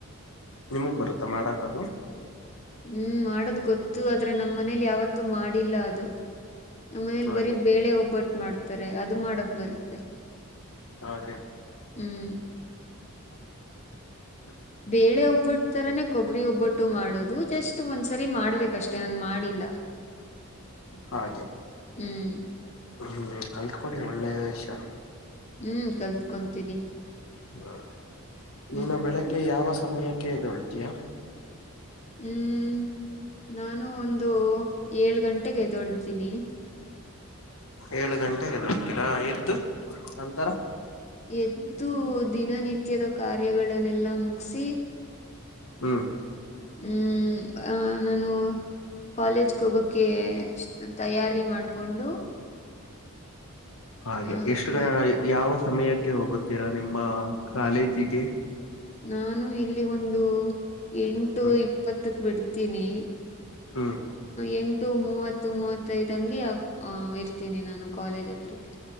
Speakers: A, on the left (about 70°); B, on the left (about 30°).
A: ನಿಮಗ್ ಬರುತ್ತಾ ಮಾಡಾಕ್ ಅದು
B: ಹ್ಮ್ ಮಾಡದ್ ಗೊತ್ತು ಆದ್ರೆ ನಮ್ಮ್ ಮನೇಲಿ ಯಾವತ್ತೂ ಮಾಡಿಲ್ಲ ಅದು. ನಮ್ಮ ಮನೇಲಿ
A: ಹಾಗೆ
B: ಬರೀ ಬೇಳೆ ಒಬ್ಬಟ್ಟು ಮಾಡ್ತಾರೆ. ಅದು ಮಾಡಕ್ ಬರುತ್ತೆ
A: ಹೌದ ರೀ
B: ಹ್ಮ್
A: <inaudible>
B: ಬೇಳೆ ಒಬ್ಬಟ್ಟು ತರನೇ ಕೊಬ್ಬರಿ ಒಬ್ಬಟ್ಟು ಮಾಡೋದು ಜಸ್ಟ್ ಒಂದ್ಸರಿ ಮಾಡ್ಬೇಕ ಅಷ್ಟೇನ ಮಾಡಿಲ್ಲ
A: ಹಾಗೆ
B: ಹ್ಮ್.
A: ಹ್ಮ್ ಕಲ್ತಕೋಳಿ ಒಳ್ಳೆ ವಿಷಯ.
B: ಹ್ಮ್ ಕಲ್ತ್ಕೊಂತೀನಿ.
A: ಹ್ಮ
B: ಹ್ಮ್
A: ನೀನು ಬೆಳಗ್ಗೆ ಯಾವ ಸಮಯಕ್ಕೆ ಎದ್ದೇಳುತ್ತೀಯಾ.
B: ಹ್ಮ್ ನಾನು ಒಂದು ಏಳ ಗಂಟೆಗ ಎದೊಳ್ತೀನಿ.
A: ಏಳ ಗಂಟೆಗ ಎದ್ದೇಳ್ತಿರಾ ಎದ್ದು ನಂತರ.
B: ಎದ್ದು ದಿನನಿತ್ಯದ ಕಾರ್ಯಗಳನ್ನೆಲ್ಲಾ ಮುಗಸಿ.
A: ಹ್ಮ್.
B: ಹ್ಮ್ ಆಮೇಲ್ ನಾನು. ಕಾಲೇಜ್ಗ ಹೋಗೋಕ್ಕೆ ತಯಾರಿ ಮಾಡ್ಕೊಂಡು
A: ಹಾಗೆ
B: ಆಮೇಲೆ
A: ಎಷ್ಟು ಗ ಯಾವ ಸಮಯಕ್ಕೆ ಹೋಗುತ್ತೀರಾ ನಿಮ್ಮ ಕಾಲೇಜಿಗೆ.
B: ನಾನು ಇಲ್ಲಿ ಒಂದು ಎಂಟು
A: ಹ್ಮ್
B: ಇಪ್ಪತ್ತಕ್ ಬಿಡ್ತೀನಿ.
A: ಹ್ಮ್.
B: ಎಂಟು ಮೂವತ್ತ ಮೂವತ್ತೈದ್ಂಗಗೆ ಆ ಇರ್ತೀನಿ ನಾನು ಕಾಲೇಜ್ ಹತ್ರಕ್ಕೆ.